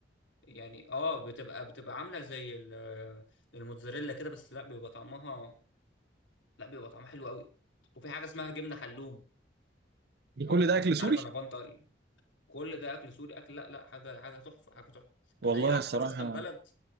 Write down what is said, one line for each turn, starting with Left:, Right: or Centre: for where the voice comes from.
Left: يعني اه بتبقى بتبقى عاملة زي ال- آه، الموتزاريلا كده بس لا بيبقى طعمها لا بيبقى طعمها حلو قوي وفي حاجه اسمها جبنه حلوم
Right: ده
Left: آه
Right: كل ده اكل
Left: انا مش
Right: سوري
Left: عارف انا بنطق كل ده اكل سوري اكل لا لا حاجه حاجه تحفه حاجه تحفه
Right: والله
Left: انت ايه اكتر
Right: الصراحه
Left: اصلا بلد